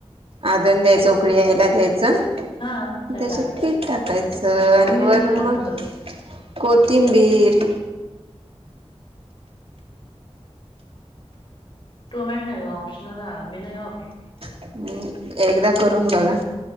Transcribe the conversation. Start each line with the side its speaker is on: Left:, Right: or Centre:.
Right: आदन द्यायचं उकळी यायला द्यायचं.
Left: हा त्यात
Right: त्याच्यात
Left: टाकायच.
Right: पीठ टाकायचं
Left: नाहीत मग
Right: आणि
Left: मिरची
Right: वरून
Left: घालून
Right: मग.
Left: करतोय.
Right: कोथिंबीर.
Left: तूमहीट नाही ऑप्शनल आहे आमी नाही ऑपर.
Right: हम्म एकदा करून बघा.